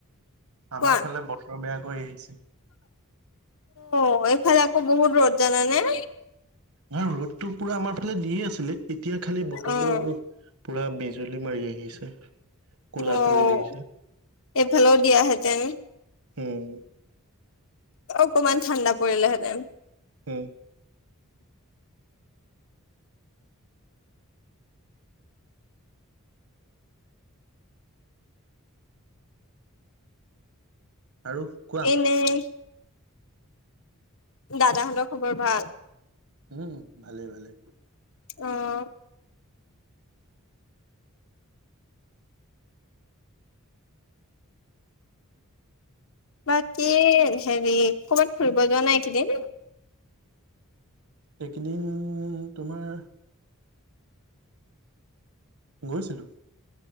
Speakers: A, on the left; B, on the right.
A: কোৱা।
B: আমাৰ ফালে বেয়া কৰি আহিছে।
A: অ' এইফালে আকৌ বহুত ৰ'দ জানানে?
B: নহয় ৰ'দটো পোৰা আমাৰ ফালে দিয়ে আছিলে, এতিয়া খালি বতৰটো
A: অ'
B: পোৰা বিজুলী মাৰি আহিছে। ক'লা
A: ঔ'
B: কৰি আহিছে
A: এইফালেও দিয়া হেঁতেন।
B: হম।
A: অকমান ঠাণ্ডা পৰিলে হেঁতেন।
B: উম। আৰু। কোৱা
A: এনেই। দাদা হঁতৰ খবৰ ভাল?
B: উম ভালে ভালে।
A: অঁ। বাকী হেৰি ক'ৰবাত ফুৰিব যোৱা নাই এইকেইদিন?
B: এইকেইদিন তোমাৰ গৈছিলো।